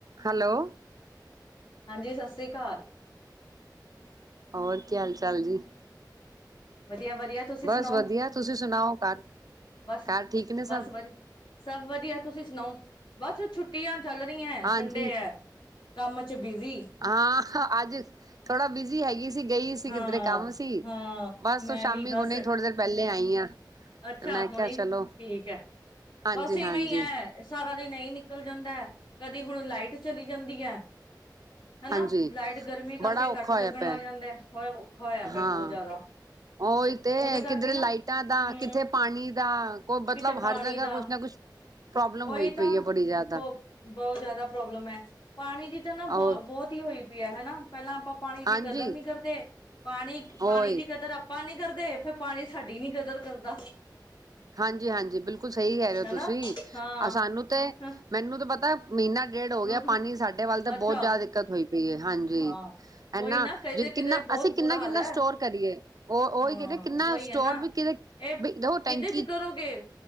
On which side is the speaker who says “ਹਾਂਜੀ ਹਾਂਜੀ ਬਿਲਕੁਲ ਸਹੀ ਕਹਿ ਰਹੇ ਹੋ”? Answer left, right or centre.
Right